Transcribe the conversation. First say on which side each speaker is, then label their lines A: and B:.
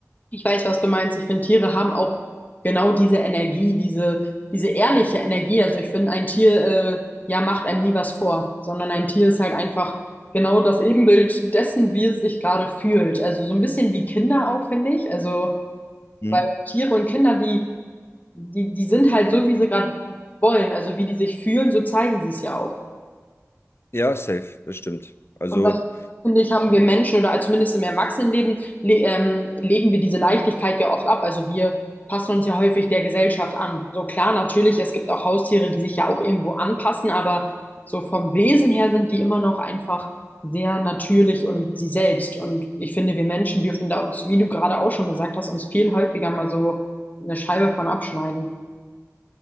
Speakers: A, on the left; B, on the left.
A: Ich weiß, was du meinst. Ich finde, Tiere haben auch genau diese Energie, diese, diese ehrliche Energie. Also ich finde, ein Tier, äh, ja, macht einem nie was vor, sondern ein Tier ist halt einfach genau das Ebenbild dessen, wie es sich gerade fühlt. Also so ein bisschen wie Kinder auch, finde ich. Also,
B: Mhm.
A: weil Tiere und Kinder, die, die, die sind halt so, wie sie gerade wollen. Also wie die sich fühlen, so zeigen sie es ja auch.
B: Ja, safe, das stimmt. Also
A: Und das, finde ich, haben wir Menschen oder also zumindest im Erwachsenenleben le ähm, legen wir diese Leichtigkeit ja oft ab. Also wir passen uns ja häufig der Gesellschaft an. So klar, natürlich, es gibt auch Haustiere, die sich ja auch irgendwo anpassen, aber so vom Wesen her sind die immer noch einfach sehr natürlich und sie selbst. Und ich finde, wir Menschen dürfen da uns, wie du gerade auch schon gesagt hast, uns viel häufiger mal so eine Scheibe von abschneiden.